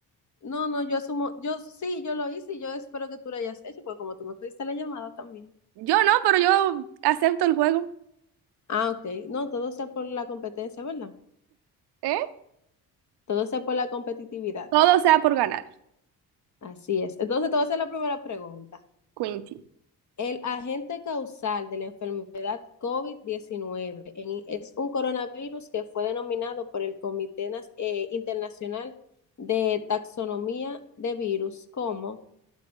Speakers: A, on the left (about 45°); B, on the right (about 70°).
A: No, no, yo asumo, yo sí, yo lo hice y yo espero que tú lo hayas hecho porque como tú me cogiste la llamada también.
B: Yo no, pero yo acepto el juego.
A: Ah, ok. No, todo sea por la competencia, ¿verdad?
B: ¿Eh?
A: Todo sea por la competitividad.
B: Todo sea por ganar.
A: Así es. Entonces te voy a hacer la primera pregunta.
B: Quinty.
A: El agente causal de la enfermedad covid diecinueve en- es un coronavirus que fue denominado por el Comité Nas- eh, Internacional de Taxonomía de Virus como